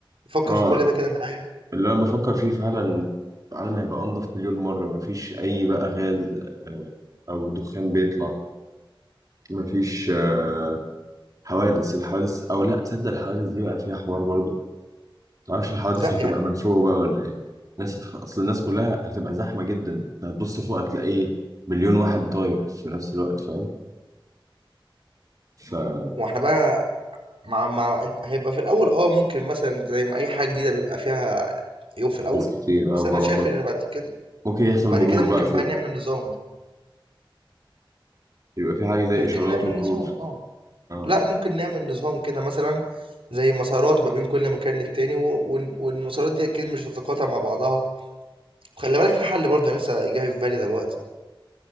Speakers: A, on the right; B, on the right.
A: فكر
B: اه
A: في كل ده كده معايا
B: اللي انا بفكر فيه فعلا العالم هيبقى انضف مليون مرة مفيش اي بقى غاز آه، او دخان بيطلع مفيش آه، حوادث الحوادث او لا تصدق الحوادث دي بقى فيها حوار برضه متعرفش الحوادث
A: لا
B: هتبقى
A: يعني
B: من فوق بقى ولا ايه الناس هتخ... اصل الناس كلها هتبقى زحمة جدا انت هتبص فوق هتلاقي مليون واحد طاير في نفس الوقت فاهم فحوادث
A: واحنا بقى مع مع هيبقى في الاول اه ممكن مثلا زي ما اي حاجه جديده بيبقى فيها عيوب في الاول
B: كتير
A: بس
B: اه وغلطات
A: انا شايف ان بعد كده
B: ممكن يحصل
A: بعد
B: مرور
A: كده ممكن
B: بقى فوق
A: بقى نعمل نظام
B: يبقى في حاجة زي
A: ممكن
B: اشارات
A: نعمل
B: ومرور
A: نظام اه
B: اه
A: لأ، ممكن نعمل نظام كده مثلًا زي مسارات ما بين كل مكان للتاني، و وال والمسارات دي أكيد مش هتتقاطع مع بعضها، وخلّي بالك في حل برضه أنا لسه جاي في بالي دلوقتي،